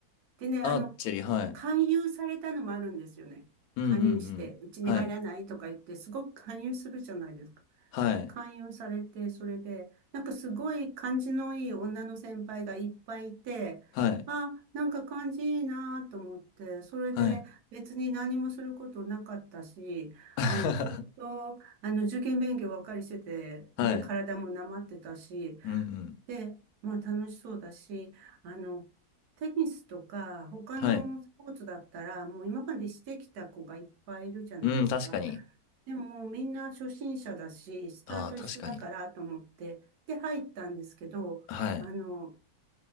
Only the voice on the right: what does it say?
でね、
あの、
勧誘されたのもあるんですよね。
勧誘して、うちに入らないとか言って、
すごく勧誘するじゃないですか。
勧誘されて、それで、なんかすごい感じのいい女の先輩がいっぱいいて、
あ、なんか感じいいなと思って、それで別に何もすることなかったし、
あの、ずっと、あの、受験勉強ばっかりしてて、
ね、体もなまってたし、
で、まあ楽しそうだし、あの、テニスとか他のスポーツだったら、
もう今までしてきた子がいっぱいいるじゃないですか。
でもみんな初心者だし、スタート一緒だからと思って、
で入ったんですけど、
あの、